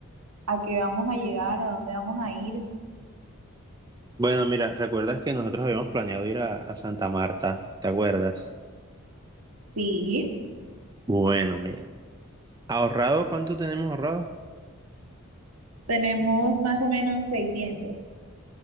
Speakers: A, on the right; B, on the right.
A: a qué vamos a llegar, a dónde vamos a ir.
B: Bueno, mira, ¿recuerdas que nosotros habíamos planeado ir a, a Santa Marta? ¿Te acuerdas?
A: Sí,
B: Bueno, mira. ¿Ahorrado? ¿Cuánto tenemos ahorrado?
A: tenemos más o menos 600.